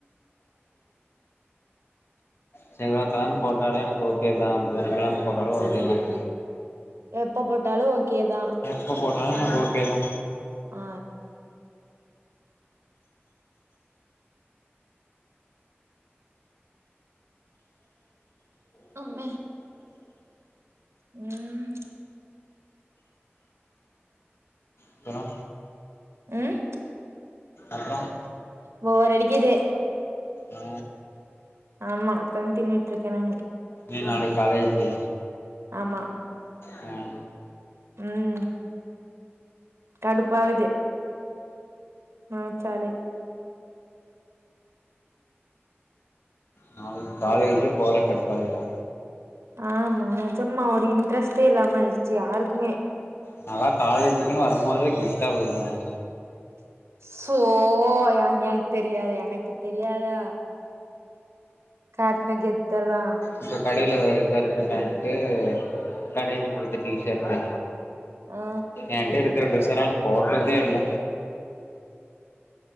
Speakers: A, on the left; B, on the right.
A: செவ்வா கெழம போட்டாலும் எனக்கு ஓகே புதன் கெழம் போட்டாலு ஓகே தான்
B: எப்ப போட்டாலு ஓகே தா
A: எப்ப போட்டாலு எனக்கு ஓகே தா
B: ஆ அம்மே ம்
A: அப்பறோ
B: ம்
A: அப்பறோம்
B: போர் அடிக்குது
A: ஆ
B: ஆமா உக்காந்து தின்னுட்டு இருக்கே நானு
A: நீ நாளைக்கு காலேஜி
B: ஆமா
A: அ
B: ம் கடுப்பாவுது நெனச்சாலே
A: நாளைக்கு காலேஜ் போற கடுப்பாகுதா
B: ஆமா நெஜமா ஒரு இன்ட்ரெஸ்ட்டே இல்லாம ஆயிருச்சு யாருக்குமே
A: நால்லா காலேஜுக்குனு வரும்போதே கெத்தா வருவேன்
B: சோ எனக் எனக் தெரியாது எனக்கு தெரியாதா காட்ன கெத்தலா
A: இப்போ கடையில ஒரு கருப்பு பேண்ட்டு கடையில குடுத்த டீஷர்ட்டு
B: ஆ
A: என்ட்ட இருக்கிற டிரஸ்ல்லாம் போடுறதே இல்ல